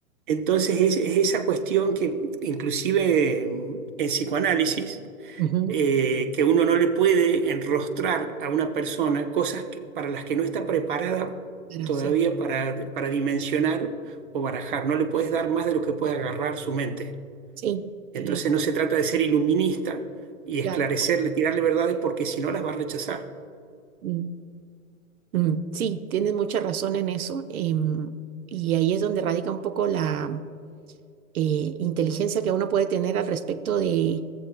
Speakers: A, on the right; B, on the right.
A: Entonces es, es esa cuestión que inclusive en psicoanálisis,
B: ujú,
A: eh, que uno no le puede enrostrar a una persona cosas que- para las que no está preparada
B: pero
A: todavía
B: sí,
A: para, para dimensionar o barajar. No le puedes dar más de lo que puede agarrar su mente.
B: sí, sí,
A: Entonces no se trata de ser iluminista y
B: claro.
A: esclarecerle, tirarle verdades, porque si no las va a rechazar.
B: Mm, mm, sí, tienes mucha razón en eso. em, y ahí es donde radica un poco la. eh, inteligencia que uno puede tener al respecto de,